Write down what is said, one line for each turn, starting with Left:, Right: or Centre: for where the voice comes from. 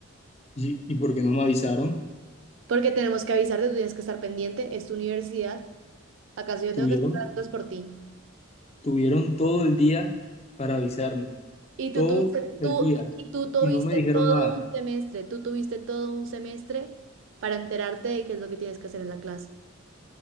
Left: ¿Y, y por qué no me avisaron?
Right: Porque tenemos que avisarte, tú tienes que estar pendiente, es tu universidad. ¿Acaso yo
Left: Tuvieron,
Right: tengo que hacer las cosas por ti?
Left: tuvieron todo el día para avisarme.
Right: Y tú
Left: todo
Right: tuviste,
Left: el
Right: tú,
Left: día
Right: y tú tuviste
Left: y no me dijeron
Right: todo
Left: nada.
Right: un semestre, tú tuviste todo un semestre para enterarte de qué es lo que tienes que hacer en la clase.